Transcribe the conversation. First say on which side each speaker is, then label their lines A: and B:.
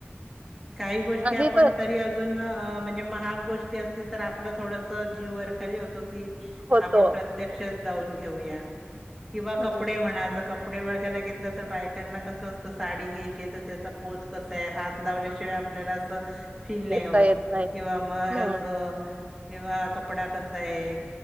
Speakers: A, in the centre; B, on the right (about 30°).
A: काही गोष्टी
B: आणि
A: आपण
B: तर
A: तरी अजून अं म्हणजे महाग गोष्टी असतील, तर आपलं थोडस जीव वरखाली होतो. हुं कि
B: होतो
A: आपण प्रत्यक्षच जाऊन घेऊया किंवा
B: हम्म
A: कपडे म्हणा ज कपडे ओळखायला घेतला तर बायकांना कसं असतं, साडी घ्यायचे तर त्याचा पोत कस तय हात लावल्याशिवाय आपल्याला. अ फील नाही
B: घेता
A: होत
B: येत नाही
A: किंवा म
B: हम्म
A: रंग. किंवा कपडा कसा हाए?